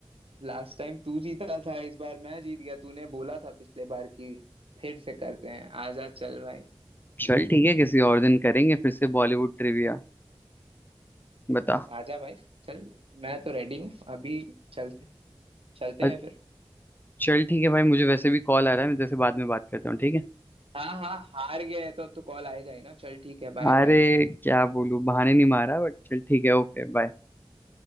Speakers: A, on the right; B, on the left.
A: लास्ट टाइम तू जीता था इस बार मैं जीत गया तूने बोला था पिछले बार की फिर से करते हैं आजा चल भाई
B: चल ठीक है किसी और दिन करेंगे फिर से बॉलीवुड ट्रिविया बता
A: आजा भाई चल मैं तो रेडी हूँ अभी चलते चलते
B: अ-
A: हैं फिर
B: चल ठीक है भाई मुझे वैसे भी कॉल आ रहा है मैं जैसे बाद में बात करता हूँ ठीक है
A: हाँ हाँ हार गया है तो अब तो कॉल आएगा ही ना चल ठीक है बाय
B: अरे
A: बाय
B: क्या बोलूं बहाने नहीं मारा बट चल ठीक है ओके बाय